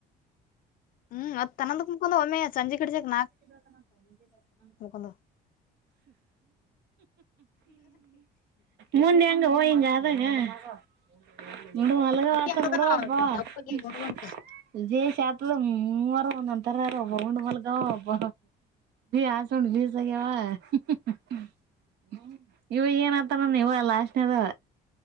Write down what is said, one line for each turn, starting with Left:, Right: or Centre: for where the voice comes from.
Left: ಹ್ಮ್ ಅದ್ ತನ್ನಂದಕ್ ಮುಕೊಂಡ್ ಒಮ್ಮೆ ಸಂಜೆ ಕಡಿಸಕ್
Right: ಚಗ ನಾ <inaudible>
Left: ಬಲ <inaudible>
Right: ಮುಂದೆ ಅಂಗ ಹವಿಂಗ ಅಾಗ ನೀಡ ಅಲಗ
Left: ಅದಕ್ಕೆ
Right: ವತ
Left: ಹಂಗದಾನ
Right: ಬಿಡವಾಪ್ಪ <unintelligible>
Left: ದಪ್ಪಗೆ ಗುಂಡ್ ಗುಂಡ್ಕ
Right: ವಿೇ ಶೇತದ ಮೂವರ ಒಂದೊಂತರ ಒಬ್ಬ ರೌಂಡ್ ಮಲ್ಗ ಒಬ್ಬ ಹಸೊಂಡ ಬಾಗವಾ ಇವು ಏನತ್ತ ನನ್ ಇವಲ್ಲಾಸ್ನೇದ